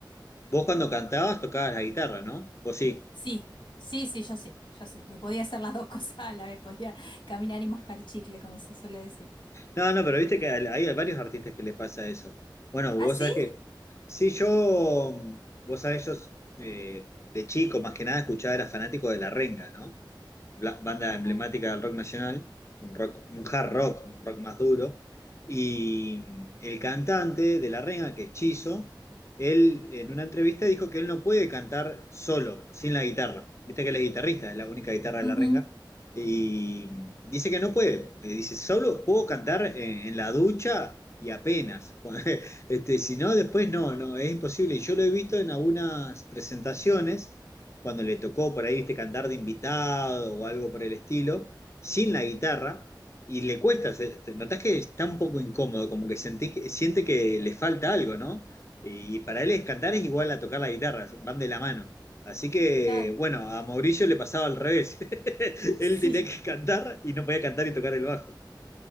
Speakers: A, on the left; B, on the left.
A: Vos cuando cantabas tocabas la guitarra, ¿no? Vos sí.
B: Sí, sí, sí, yo sí, yo sí. Lo podía hacer las dos <laughs> cosas a la vez, podía caminar y mascar chicle, como se suele decir.
A: No, no, pero viste que al- hay varios artistas que le pasa eso. Bueno,
B: ¿Ah,
A: vos
B: sí?
A: sabés que, sí, yo, mm, vos sabés, yo eh, de chico más que nada escuchaba, era fanático de La Renga, ¿no? bla- banda
B: Ajá.
A: emblemática del rock nacional, un rock, un hard rock, un rock más duro. Y el cantante de La Renga, que es Chizo, él en una entrevista dijo que él no puede cantar solo, sin la guitarra. Viste que él es guitarrista, es la única guitarra de La
B: Ujú,
A: Renga. Y dice que no puede. Eh, Dice, solo puedo cantar en, en la ducha y apenas. <laughs> Este, si no, después no, no, es imposible. Y yo lo he visto en algunas presentaciones cuando le tocó por ahí, viste, cantar de invitado o algo por el estilo, sin la guitarra, y le cuesta, se- te- notás que está un poco incómodo, como que sentís que- siente que le falta algo, ¿no? Y, y para él es cantar es igual a tocar la guitarra, van de la mano. Así que,
B: Claro,
A: bueno, a Mauricio le pasaba al revés. <laughs>
B: <laughs>
A: Él tenía
B: sí,
A: que cantar y no podía cantar y tocar el bajo.